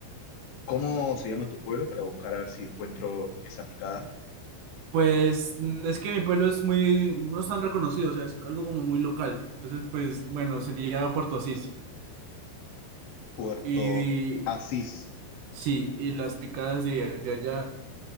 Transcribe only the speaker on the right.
Pues mm, es que mi pueblo es muy, no es tan reconocido, o sea, es algo como muy local. Entonces, pues bueno, sería Puerto Asís.
Y
sí, y las picadas de, de allá